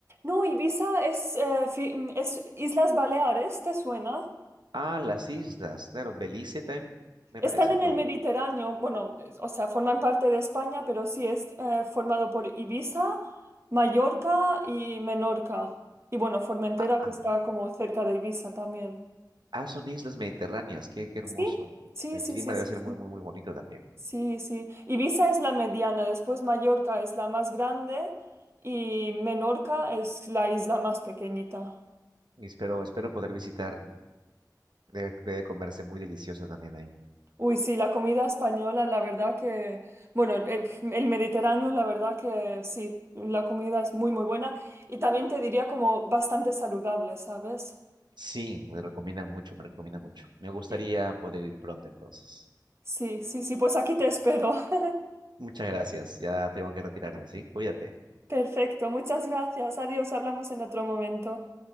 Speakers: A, on the right; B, on the right.
A: No, Ibiza es, eh, fi- es Islas Baleares, ¿te suena?
B: Ah, las islas, claro, Belice también, me
A: Están
B: parece,
A: en
B: no.
A: el Mediterráneo, bueno, es- o sea, forman parte de España, pero sí es eh, formado por Ibiza, Mallorca y Menorca. Y bueno, Formentera,
B: Ah,
A: que
B: ah,
A: está como cerca de Ibiza también.
B: ah, son islas mediterráneas, qué, qué hermoso.
A: ¿Sí? Sí,
B: El
A: sí,
B: clima
A: sí,
B: debe
A: sí,
B: ser
A: sí.
B: muy, muy, muy bonito también.
A: Sí, sí. Ibiza es la mediana, después Mallorca es la más grande y Menorca es la isla más pequeñita.
B: Y espero, espero poder visitar, debe, debe comerse muy delicioso también ahí.
A: Uy, sí, la comida española, la verdad que, bueno, el, el Mediterráneo, la verdad que sí, la comida es muy, muy buena y también te diría como bastante saludable, ¿sabes?
B: Sí, me recomiendan mucho, me recomiendan mucho. Me gustaría
A: Sí.
B: poder ir pronto entonces.
A: Sí, sí, sí, pues aquí te espero. <laughs>
B: Muchas gracias, ya tengo que retirarme, ¿sí? Cuídate.
A: Perfecto, muchas gracias. Adiós, hablamos en otro momento.